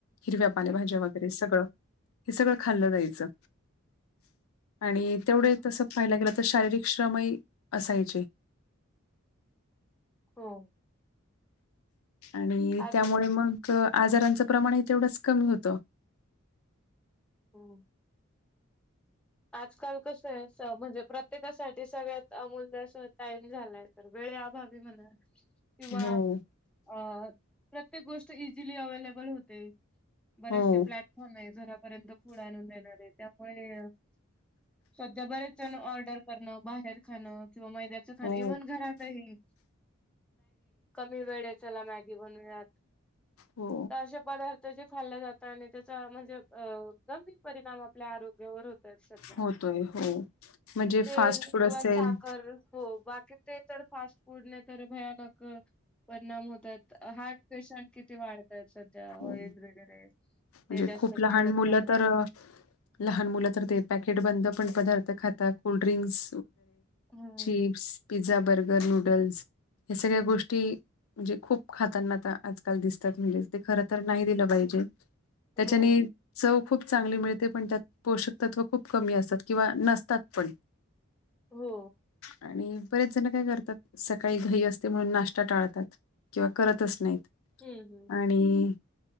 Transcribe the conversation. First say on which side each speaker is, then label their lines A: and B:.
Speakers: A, on the left; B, in the centre.
A: हिरव्या पालेभाज्या वगैरे सगळं. हे सगळं खाल्लं जायचं. आणि तेवढे
B: हो
A: तसं पाहायला गेलं- शारीरिक श्रमही असायचे.
B: हो.
A: आणि
B: आज
A: त्यामुळे मग? आजारांचं प्रमाण हे तेवढंच कमी होतं.
B: हो. आजकाल कस आहे म्हणजे प्रत्येकासाठी सगळ्यात अमूल्य असा टाईम झालाय तर, - वे अभावी म्हणा. किंवा
A: हो,
B: अ प्रत्येक गोष्ट इझिली अवेलेबल होते. बरेचसे
A: हो,
B: प्लॅटफॉर्म आहे घरापर्यंत पुढे आणून देणारे त्यामुळे- सध्या बरेच जण ऑर्डर करणं बाहेर खाणं- मैद्याच खाण
A: हो,
B: इव्हन घरातहि <unintelligible> वेळेला मॅगी बनूयात
A: हो,
B: असे पार्थ जे खाल्ल्या जात आणि त्याचा म्हणजे अ गंभीर परिणाम आपल्या आरोग्यावर होतो सध्या
A: होतोय हो. म्हणजे
B: तेल
A: फास्ट फूड
B: किंवा
A: असेल
B: साखर हो बाकी ते च फास्ट फूड नाही तर भयानक परिणाम होतात हार्ट पेशंट किती वाढतात सध्या ऑइल
A: हो
B: वगैरे
A: म्हणजे
B: ते जास्त
A: खूप लहान
B: खाण्यात
A: मुलं
B: प्रमाण
A: तर लहान मु ते पॅकेट बंद पदार्थ खातात कोड्रिंस
B: हो
A: चिप्स पिझ्झा बर्गर नूडल्स या सगळ्या गोष्टी म्हणजे खूप खातनाता आजकाल दिसतात म्हणज ते खर तर नाही दिलं पाहिजे त्याच्याने
B: हो
A: चौ खूप चांगली मिळते पण त्यात पोषक तत्व खूप कमी असतात किंवा नसतात पण
B: हो
A: आणि बरेच जण काय करतात सकाळी घई असते म्हणून नाश्ता टाळतात किंवा करतच नाहीत
B: हम्म हम्म
A: आणि